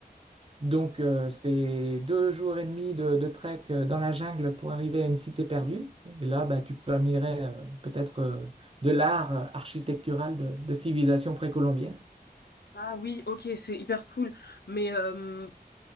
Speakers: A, on the right (about 35°); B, on the left (about 80°).
A: Donc, euh, c'est deux jours et demi de, de trek euh, dans la jungle pour arriver à une cité perdue. Et là, bah, tu peux admirer euh, peut-être euh, de l'art euh, architectural de, de civilisation précolombienne. <laughs>
B: ah oui, OK, c'est hyper cool, mais hem